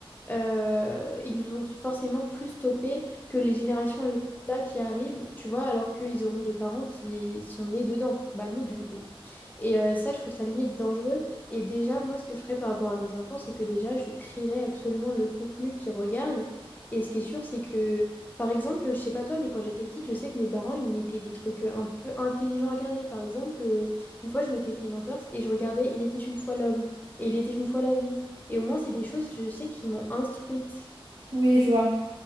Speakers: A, on the left; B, on the right.
A: euh, ils nous ont forcément plus stoppé que les générations là qui arrivent, tu vois, alors qu'ils auront des parents qui sont nés dedans. Bah nous, du coup. Et euh, ça, je trouve ça limite dangereux. Et déjà, moi, ce que je ferais par rapport à mes enfants, c'est que déjà, je trierais absolument le contenu qu'ils regardent. Et ce qui est sûr, c'est que, par exemple, je sais pas toi, mais quand j'étais petite, je sais que mes parents, ils me mettaient des trucs euh, un peu intelligents à regarder. Par exemple, euh, une fois, je m'étais fait une entorse et je regardais Il était une fois l'homme et Il était une fois la vie. Et au moins, c'est des choses, je sais, qui m'ont instruite.
B: Oui, je vois.